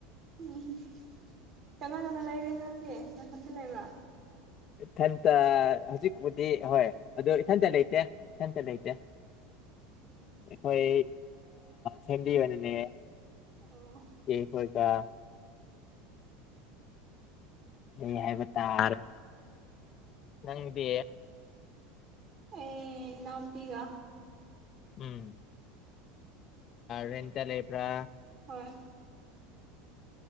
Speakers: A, on the right; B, on the left.
A: ꯎꯝ ꯎꯝ ꯀꯅꯥ ꯀꯅꯥ ꯂꯩꯔꯦ ꯅꯪꯗꯤ ꯅꯊꯟꯇ ꯂꯩꯕ꯭ꯔꯥ
B: ꯏꯊꯟꯇ ꯍꯧꯖꯤꯛꯄꯨꯗꯤ ꯍꯣꯏ ꯑꯗꯨ ꯏꯊꯟꯇ ꯂꯩꯇꯦ ꯏꯊꯟꯇ ꯂꯩꯇꯦ <inaudible>
A: ꯎꯝ
B: ꯑꯩꯈꯣꯏ ꯐꯦꯃꯤꯂꯤ ꯑꯣꯏꯅ ꯂꯩꯌꯦ
A: ꯑꯣ
B: ꯏꯆꯦ ꯈꯣꯏꯒ ꯍꯤꯡꯉꯤ ꯍꯥꯏꯕ ꯇꯥꯔꯦ ꯅꯪꯗꯤ
A: ꯑꯩ ꯏꯅꯥꯎꯄꯤꯒ
B: ꯎꯝ ꯔꯦꯟꯇ ꯂꯩꯕ꯭ꯔꯥ
A: ꯍꯣꯏ